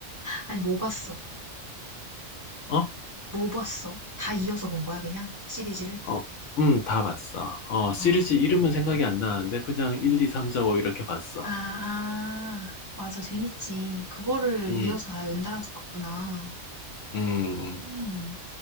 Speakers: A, on the right; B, on the left.
A: 아니, 뭐 봤어?
B: 어?
A: 뭐 봤어? 다 이어서 본 거야, 그냥? 시리즈를?
B: 어, 음, 다 봤어. 어, 시리즈
A: 아,
B: 이름은 생각이 안 나는데 그냥 1, 2, 3, 4, 5 이렇게 봤어.
A: 아, 아. 맞아, 재밌지. 그거를
B: 음,
A: 이어서 다 연달아서 봤구나.
B: 음.
A: 음,